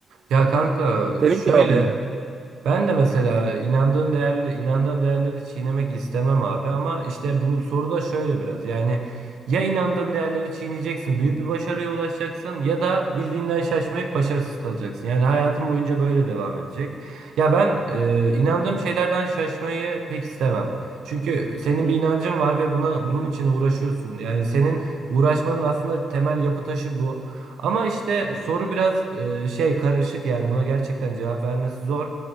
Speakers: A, on the right; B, on the right.
A: Ya kanka
B: Senin
A: şöyle
B: cevabın mı?
A: Ben de mesela inandığım değerli inandığım değerleri çiğnemek istemem abi ama işte bu soruda şöyle biraz yani ya inandığın değerleri çiğneyeceksin, büyük bir başarıya ulaşacaksın ya da bildiğinden şaşmayıp başarısız kalacaksın. Yani hayatın boyunca böyle devam edecek. Ya ben e, inandığım şeylerden şaşmayı pek istemem. Çünkü senin
B: Hı
A: bir
B: hı.
A: inancın var ve buna bunun için uğraşıyorsun. Yani senin uğraşmanın aslında temel yapı taşı bu. Ama işte soru biraz e, şey karışık yani buna gerçekten cevap vermesi zor.